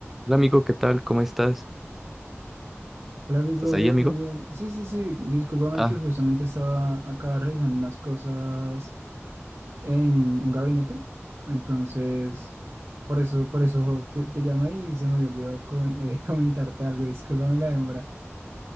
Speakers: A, in the centre; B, on the right.
A: Hola amigo, ¿qué tal? ¿Cómo estás?
B: Hola amigo,
A: ¿Estás
B: bien,
A: ahí, amigo?
B: muy bien. Sí, sí, sí, discúlpame
A: Ah,
B: que justamente estaba acá revisando unas cosas en un gabinete. Entonces, por eso, por eso te, te llamé y se me olvidó con, eh, <laughs> comentarte algo. Discúlpame la demora.